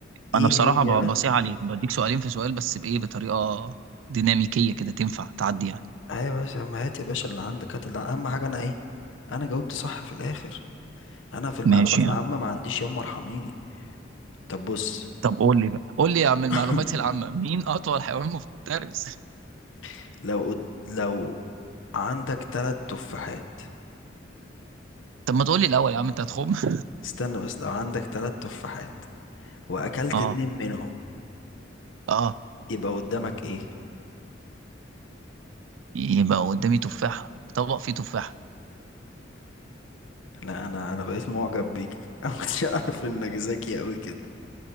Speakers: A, on the right; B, on the left.
A: انا
B: ايه
A: بصراحه
B: هي
A: ب- بصيح عليك بديك سؤالين في سؤال بس بايه بطريقه ديناميكيه كده تنفع تعدي يعني
B: ايوه يا باشا ما هات يا باشا اللي عندك هات اللي اهم حاجه انا ايه انا جاوبت صح في الاخر انا في المعلومات
A: ماشي يعني
B: العامه ما عنديش يما ارحميني طب بص
A: طب قول لي بقى قول لي يا عم المعلومات
B: <clears throat>
A: العامه مين اطول حيوان مفترس
B: <laughs> لو قد- لو عندك تلات تفاحات
A: <laughs> طب ما تقول لي الاول يا عم انت هتخم <laughs>
B: استنى بس لو عندك تلات تفاحات واكلت
A: اه
B: اتنين منهم
A: اه
B: يبقى قدامك ايه
A: يبقى قدامي تفاحه طبق فيه تفاحه
B: لا انا انا بقيت معجب بيك <laughs> انا ما كنتش اعرف انك ذكي قوي كده